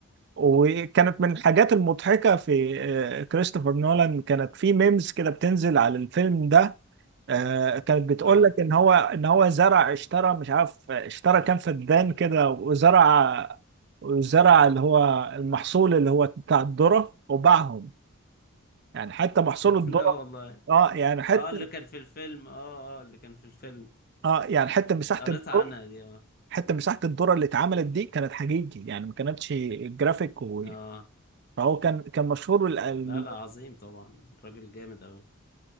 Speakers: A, on the right (about 55°); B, on the left (about 45°).
A: وكانت من الحاجات المضحكه في آه، كريستوفر نولان كانت في ميمز كده بتنزل على الفيلم ده آه، كانت بتقول
B: اه
A: لك ان هو ان هو زرع اشترى مش عارف اشترى كام فدان كده وزرع وزرع اللي هو المحصول اللي هو بتاع الذرة وباعهم يعني حتى محصول
B: <laughs>
A: الذره
B: لا والله
A: اه يعني حتى
B: اه اللي كان في الفيلم اه اه اللي كان في الفيلم
A: اه يعني حتى مساحه
B: قريت
A: الذره
B: عنها دي اه
A: حتى مساحه الذره اللي اتعملت دي كانت حقيقي يعني ما كانتش جرافيك و...
B: اه
A: فهو كان كان مشهور ال- ال-
B: لا لا عظيم طبعا راجل جامد اوي